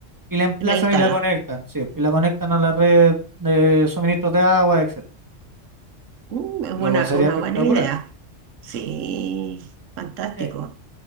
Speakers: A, on the right; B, on the right.
A: y la emplazan
B: la instala.
A: y la conectan. Sí, y la conectan a la red de suministros de agua, etcétera.
B: Mm, es
A: Lo
B: buena
A: cual sería
B: una
A: espectacular.
B: buena idea. Sí, fantástico.
A: Eh,